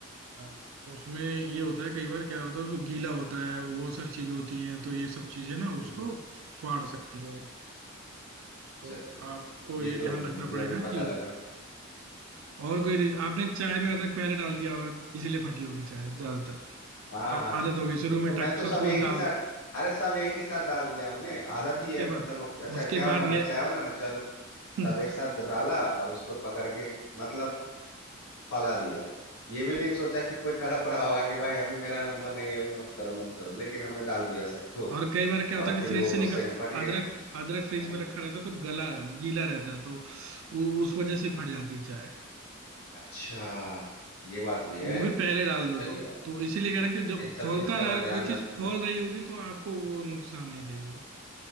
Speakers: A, on the right; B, on the left.
A: हाँ। उसमें ये होता है कई बार क्या
B: अच्छा
A: होता है उसको गीला होता है वो सारी चीजें होती हैं तो ये सब चीजें ना उसको
B: हम्म
A: फाड़ सकती हैं
B: अच्छा
A: तो
B: अच्छा
A: आपको ये
B: ये
A: ध्यान
B: तो
A: रखना
B: मुझे
A: पड़ेगा
B: अभी पता
A: कि
B: लगा
A: और कोई रीज- आपने चाय में अदरक पहले डाल दिया होगा इसीलिए फटी होगी चाय ज्यादातर
B: हाँ
A: अब
B: हाँ
A: आदत
B: हाँ
A: होगी
B: मतलब
A: शुरू में
B: मैं
A: टक
B: तो सब
A: सब कुछ
B: एक
A: डाल
B: ही साथ अरे सब एक ही साथ डाल दिया हमने
A: दो
B: आदत
A: उसके
B: ही है मतलब
A: बाद
B: अब- अच्छा
A: उसके
B: क्या
A: बाद
B: बनाना
A: गए
B: चाय बनाना चलो सब
A: <laughs>
B: एक साथ डाला और उसको पकड़ के मतलब फैला दिया ये भी नहीं सोचा कि कोई तड़प रहा होगा कि भाई अभी मेरा नंबर नहीं है अभी मत करो मत करो लेकिन हमने डाल दिया सबको
A: और कई बार क्या होता
B: और
A: है कि
B: फिर
A: फ्रिज
B: वो
A: से निकाल
B: गुस्से में फट गया
A: अदरक अदरक फ्रिज
B: हम्म
A: में रखा रहता है तो गला गीला रहता है तो उ- उस वजह से फट जाती है चाय
B: अच्छा ये बात
A: तो
B: भी है
A: वो भी पहले डाल दो
B: चलिए
A: तो
B: अब
A: तो इसीलिए कह रहा कि जब
B: इन सब
A: खोलता
B: चीज का मैं
A: रह
B: ध्यान
A: कोई
B: रखूंगा
A: चीज खोल रही होगी तो आपको वो नुकसान नहीं देगी